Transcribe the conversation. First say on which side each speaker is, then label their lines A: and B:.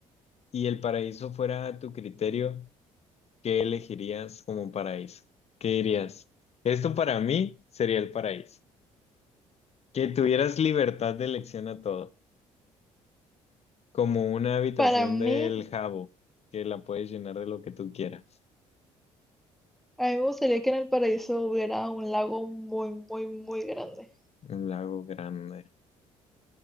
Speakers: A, on the left; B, in the centre.
A: y el paraíso fuera a tu criterio, ¿qué elegirías como paraíso? ¿Qué dirías? Esto para mí sería el paraíso. Que tuvieras libertad de elección a todo. Como una habitación
B: Para mí,
A: del Jabo, que la puedes llenar de lo que tú quieras.
B: a mí me gustaría que en el paraíso hubiera un lago muy, muy, muy grande.
A: Un lago grande.